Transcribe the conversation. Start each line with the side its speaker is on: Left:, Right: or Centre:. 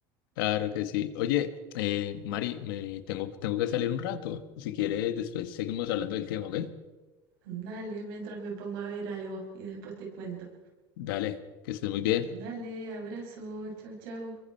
Left: claro que sí. Oye, eh, Mari, me tengo, tengo que salir un rato. Si quieres, después seguimos hablando del tema, ¿ok?
Right: Dale, mientras me pongo a ver algo y después te cuento.
Left: Dale, que estés muy bien.
Right: Dale, abrazo, chau, chau.